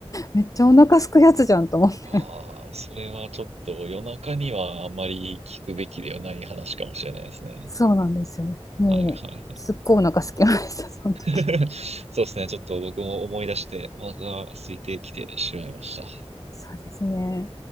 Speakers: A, on the left (about 35°); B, on the right (about 90°).
A: めっちゃお腹すくやつじゃんと思って
B: ああ、それはちょっと夜中にはあまり聞くべきではない話かもしれないですね。
A: そうなんですよもうすっごいお腹すきましたその時
B: はいはい。<laughs> そうですね。ちょっと僕も思い出してお腹が空いてきてしまいました。
A: そうですね